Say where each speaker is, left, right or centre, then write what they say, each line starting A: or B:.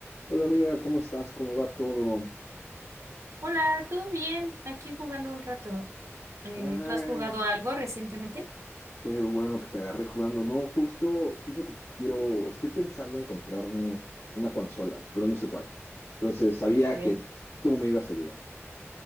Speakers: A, on the left; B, on the right.
A: Hola amiga, ¿cómo estás? ¿Cómo va todo?
B: Hola, ¿todo bien? Aquí jugando un rato. Eh,
A: Ah,
B: ¿tú has jugado algo recientemente?
A: qué bueno que te agarré jugando. No, justo, fíjate que quiero, estoy pensando en comprarme una consola, pero no sé cuál. Entonces, sabía
B: Ok.
A: que tú me ibas a ayudar.